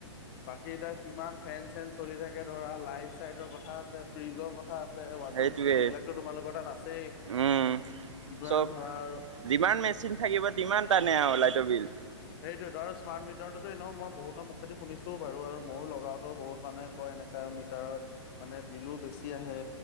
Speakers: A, on the left; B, on the right.
A: বাকী এতিয়া কিমান ফেন চেন চলি থাকে ধৰা। চাইডৰ কথা আছে ফ্ৰজৰ কথা আছে ৱাচিং
B: সেইটোৱে
A: মেচিন এইবিলাকতো তোমালোকৰ তাত আছে।
B: উম
A: কিমান।
B: চব
A: ধৰা আৰু
B: যিমান মেচিন থাকিব তিমান টানে আৰু লাইটৰ বিল।
A: সেইটো ধ আৰু স্মাৰ্ট মিটাৰটোতো এনেও মই বহুতৰ মুখে শুনিছো বাৰু আৰু ময়ো লগাওটো বহুত মানুহে। কয় এনেকা মিটাৰৰ মানে বিলো বেছি আহে